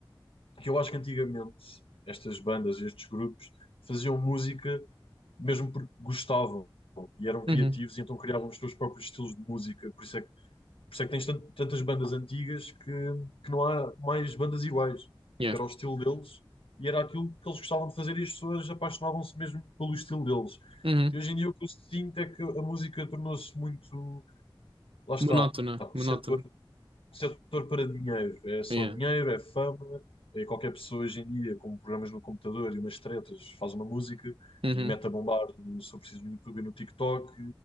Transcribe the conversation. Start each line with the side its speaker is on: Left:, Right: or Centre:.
Left: que eu acho que antigamente estas bandas e estes grupos faziam música mesmo porque gostavam e eram criativos
Right: Uhum.
Left: e então criavam os seus próprios estilos de música, por isso é que Por isso é que tens tan- tantas bandas antigas que, que não há mais bandas iguais,
Right: Yeah.
Left: porque era o estilo deles e era aquilo que eles gostavam de fazer e as pessoas apaixonavam-se mesmo pelo estilo deles.
Right: Uhum.
Left: E hoje em dia o que eu sinto é que a música tornou-se muito, lá está,
Right: Monótona,
Left: um
Right: monótona.
Left: setor, um setor para dinheiro. É só
Right: Yeah.
Left: dinheiro, é fama, é qualquer pessoa hoje em dia com programas no computador e umas tretas faz uma música
Right: Uhum.
Left: e mete a bombar, se eu preciso, no YouTube e no TikTok.